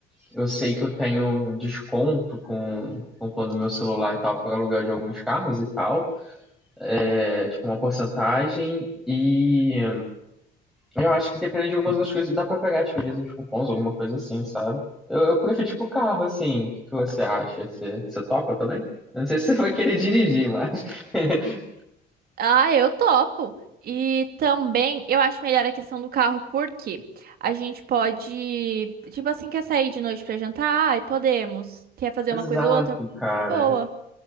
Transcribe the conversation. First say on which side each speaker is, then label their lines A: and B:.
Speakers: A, in the centre; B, on the right (about 65°).
A: eu sei que eu tenho um desconto com, com quando meu celular e tal para aluguel de alguns carros e tal. É tipo uma porcentagem e Eu acho que dependendo de algumas das coisas, dá pra pegar, tipo, às vezes uns cupons, alguma coisa assim, sabe? Eu, eu prefiro, tipo, carro, assim. O que que você acha? Você, você topa também? Eu Não sei se você vai querer dirigir, mas. <laughs>
B: Ah, eu topo! E também eu acho melhor a questão do carro, porque a gente pode, tipo assim, quer sair de noite pra jantar? Ai, podemos. Quer fazer
A: Exato,
B: uma coisa ou outra?
A: cara.
B: De boa.